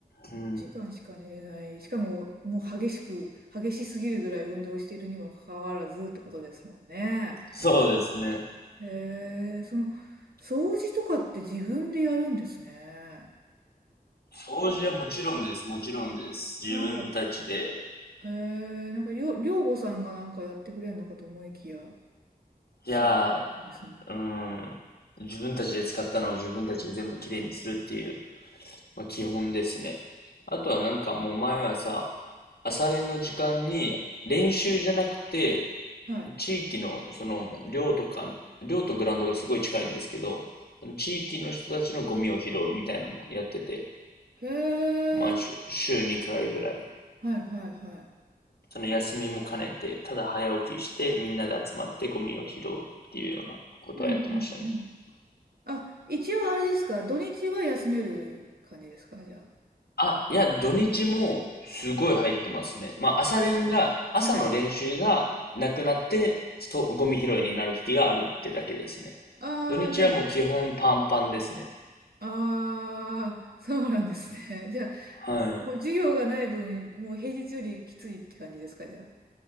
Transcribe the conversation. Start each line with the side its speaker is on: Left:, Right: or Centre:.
Left: うん。
Right: 1時間しか寝れない。しかも、もう激しく、激しすぎるぐらい運動しているにもかかわらずってことですもんね。
Left: そうですね。
Right: へえ、その、掃除とかって自分でやるんですね。
Left: 掃除はもちろんです。もちろんです。自分たちで。
Right: なんか、えー、なんかよ、寮母さんがなんかやってくれるのかと思いきや、違
Left: いや
Right: うんですね。
Left: ー、うん。自分たちで使ったのを自分たちで全部きれいにするっていう、まあ、基本ですね。あとはなんかもう毎朝、朝練の時間に練習じゃなくて、
Right: はい。
Left: 地域のその寮とか、寮とグラウンドがすごい近いんですけど、その地域の人たちのゴミを拾うみたいなのもやってて、
Right: へえ、
Left: 毎週、週2回ぐらい
Right: はいはいはい。
Left: その休みも兼ねて、ただ早起きして、みんなで集まってゴミを拾うっていうようなことはやってましたね。
Right: うんうんうん。あ、一応あれですか、土日は休める感じですか、じゃあ。
Left: あ、いや、土日もすごい入ってますね。まあ、朝練が、朝の練習がなくなって、
Right: はい。
Left: そう、ゴミ拾いになる時があるってだけですね。
Right: ああ、
Left: 土日はもう基本パンパンですね。
Right: じゃあ、ああ、そうなんですね。じゃあ、
Left: はい。
Right: もう授業がない分、もう平日よりきついって感じですか、じゃあ。